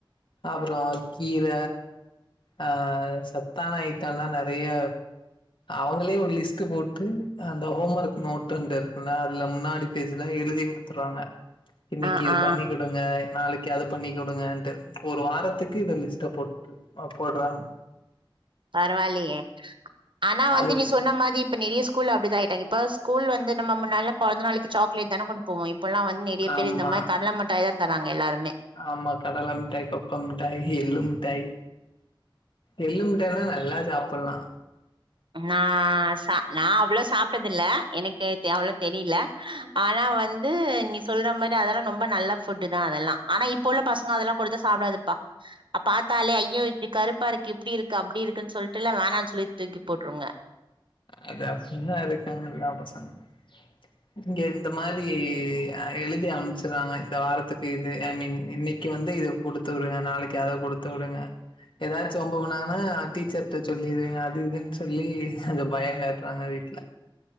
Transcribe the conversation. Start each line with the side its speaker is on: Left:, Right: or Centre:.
Left: அப்ரொ கீர அ சத்தான ஐட்டொல்லா நறய அவங்களே ஒரு லிஸ்ட் போட்டு அந்த ஹோம் ஒர்க் நோட் அந்து இருக்குல்ல அதுல முன்னாடி பேஜ்லா எலுதி குடுத்துறாங்க இன்னிக்கி
Right: ஆ
Left: இது
Right: ஆ
Left: பண்ணி குடுங்க நாளக்கி அது பண்ணி கொடுங்கேன்ட்டு ஒரு வாரத்துக்கு இத லிஸ்ட்ட போட்டு அ போட்றாங்க
Right: பரவால்லியே ஆனா வந்து
Left: அது
Right: நீ சொன்ன மாதி இப்ப நெறிய ஸ்கூல்ல அப்டிதா ஆயிட்டாங் இப்ப ஸ்கூல் வந்து நம்ம முன்னால்லா பொழந்த நாளிக்கி சாக்லேட் தான கொண்டு போவோ இப் இப்பல்லா வந் நெறிய
Left: ஆமா
Right: பேரு இந்த மார் கட்ல முட்டாய் தா தராங்க எல்லாருமே
Left: ஆமா கடல மிட்டாய் தொக்கோ மிட்டாய் எள்ளு மிட்டாய் எள்ளு மிட்டாய்னா நல்லா சாப்புல்லா
Right: நா ச நா அவ்ளோ சாப் பதுல எனக்கு டி அவ்ளோ தெரிய்ல ஆனா வந்து நீ சொல்ற மாரி அதல்லா நொம்ப நல்ல ஃபுட் தா அதெல்லா ஆனா இப்ப உள்ள பசுங்க அதெல்லா கொடுத்த சாப்டாதுப்பா அ பாத்தாலே ஐயோ இப்டி கருப்பா இருக்கு இப்டி இருக்கு அப்டி இருக்குன் சொல்ட்டுல்ல வேணான் சொல்லி தூக்கி போட்ருங்க
Left: அது அப்புடி தா இருக்காங்க எல்லா பசங்ளு இங்க இந்த மாரி எலுதி அம்ச்சிறாங்க இந்த வாரத்துக்கு இது ஐ மீன் இன்னிக்கி வந்து இத குடுத்து விடுங்க நாளக்கி அத குடுத்து விடுங்க ஏதாச் வம்பு பண்ணாங்கனா டீச்சர் ட சொல்லிருவீங்க அது இதுன் சொல்லி அந்த பயொ காட்றாங்க வீட்ல